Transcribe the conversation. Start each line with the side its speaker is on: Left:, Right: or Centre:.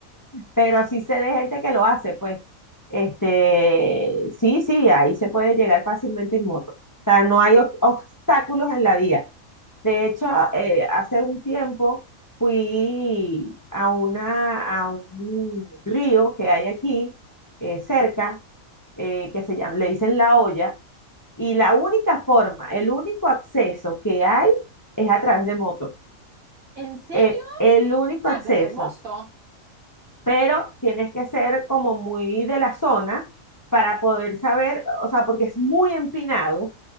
Left: pero sí sé de gente que lo hace, pues, este, sí, sí, ahí se puede llegar fácilmente en moto. O sea, no hay ob- obstáculos en la vía. De hecho, eh, hace un tiempo fui a una, a un río que hay aquí, eh, cerca, eh, que se llama, le dicen La Olla, y la única forma, el único acceso que hay es a través de moto.
Right: ¿En serio?
Left: Eh, el único
Right: Ah,
Left: acceso
Right: pero qué hermoso.
Left: pero tienes que ser como muy de la zona para poder saber, o sea, porque es muy empinado,